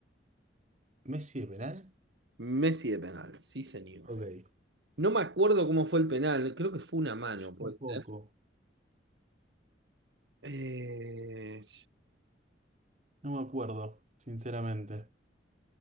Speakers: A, on the right; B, on the right.
A: ¿Messi de penal?
B: Messi de penal, sí señor.
A: Ok.
B: No me acuerdo cómo fue el penal, creo que fue una mano,
A: Yo
B: puede
A: tampoco.
B: ser. Eh,
A: No me acuerdo, sinceramente.